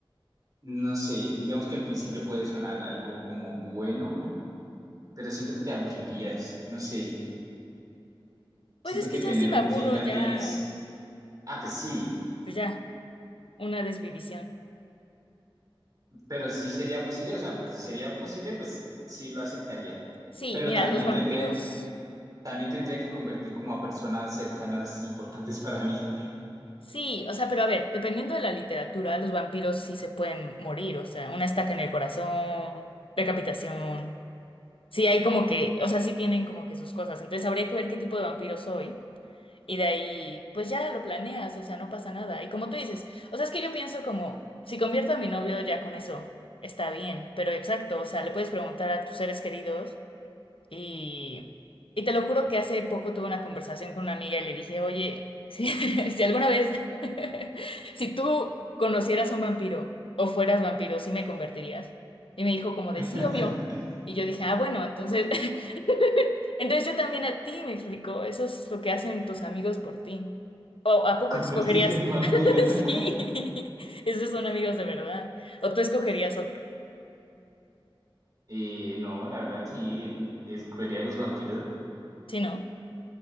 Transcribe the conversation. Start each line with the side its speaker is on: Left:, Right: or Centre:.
Right: No sé, digamos que al principio puede sonar algo como bueno, pero siento que te aburrirías, no sé.
Left: Pues
Right: Siento
Left: es que
Right: que
Left: ya
Right: tener
Left: sí me
Right: un
Left: aburro,
Right: fin también
Left: ya,
Right: es, ah, pues sí,
Left: pues ya, una desvivisión.
Right: pero sí sería posible, o sea, porque si sería posible, pues sí lo aceptaría.
Left: Sí,
Right: Pero
Left: mira,
Right: también
Left: los vampiros.
Right: tendría, también tendría que convertir como a personas cercanas importantes para mí.
Left: Sí, o sea, pero a ver, dependiendo de la literatura, los vampiros sí se pueden morir, o sea, una estaca en el corazón, decapitación. Sí, hay como que, o sea, sí tienen como que sus cosas. Entonces habría que ver qué tipo de vampiro soy. Y de ahí, pues ya lo planeas, o sea, no pasa nada. Y como tú dices, o sea, es que yo pienso como, si convierto a mi novio ya con eso, está bien. Pero exacto, o sea, le puedes preguntar a tus seres queridos. Y, y te lo juro que hace poco tuve una conversación con una amiga y le dije, oye, si, <laughs> si alguna vez, <laughs> si tú conocieras a un vampiro o fueras vampiro, ¿sí me convertirías? Y me dijo como de
Right: <laughs>
Left: sí, obvio. Y yo dije, ah, bueno, entonces, <laughs> entonces yo también a ti, me explicó, eso es lo que hacen tus amigos por ti. ¿O a poco
Right: Convertirte
Left: escogerías?
Right: en vampiro.
Left: <laughs>
Right: <laughs>
Left: Sí, esos son amigos de verdad. ¿O tú escogerías otro?
Right: Eh, no, la verdad sí, escogería a los vampiros
Left: Sí, ¿no?